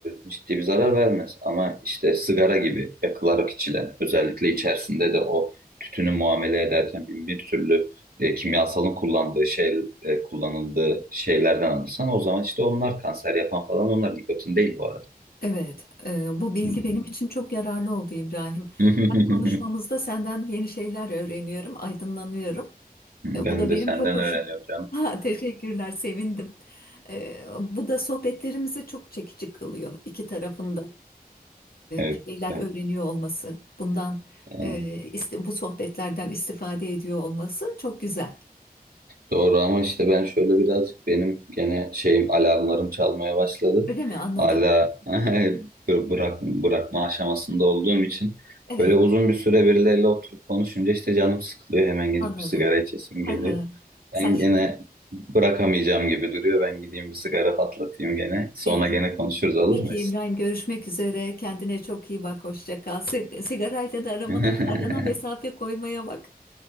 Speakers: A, on the right (about 70°); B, on the left (about 70°).
A: e, ciddi bir zarar vermez. Ama işte sigara gibi yakılarak içilen özellikle içerisinde de o tütünü muamele ederken bin bir türlü e, kimyasalın kullandığı şey e, kullanıldığı şeylerden alırsan o zaman işte onlar kanser yapan falan onlar nikotin değil bu arada.
B: Evet, e, bu bilgi
A: Hı hı.
B: benim için çok yararlı oldu İbrahim.
A: <laughs>
B: Bu Konuşmamızda senden yeni şeyler öğreniyorum, aydınlanıyorum. E,
A: Ben
B: bu da
A: de
B: benim
A: senden
B: çok hoşum.
A: öğreniyorum
B: <laughs>
A: canım.
B: Ha, teşekkürler, sevindim. E, bu da sohbetlerimizi çok çekici kılıyor iki tarafında.
A: <laughs> Evet
B: bir şeyler
A: güzel.
B: öğreniyor olması, bundan
A: Ee,
B: e, iste- bu sohbetlerden istifade ediyor olması çok güzel.
A: Doğru ama işte ben şöyle birazcık benim gene şeyim alarmlarım çalmaya başladı.
B: Öyle mi? Anladım.
A: Hala <laughs> bı- bırak, bırakma aşamasında olduğum için
B: Evet,
A: böyle uzun bir süre birileriyle oturup konuşunca işte canım sıkılıyor. Hemen gidip
B: anladım.
A: bir sigara içesim
B: Ha
A: geliyor.
B: ha. Sen
A: Ben
B: şimdi
A: gene bırakamayacağım gibi duruyor. Ben gideyim bir sigara patlatayım gene. Sonra
B: peki.
A: gene konuşuruz olur
B: Peki
A: mu?
B: İbrahim görüşmek üzere. Kendine çok iyi bak. Hoşça kal. Sig- Sigarayla da aramana,
A: <laughs>
B: arana mesafe koymaya bak.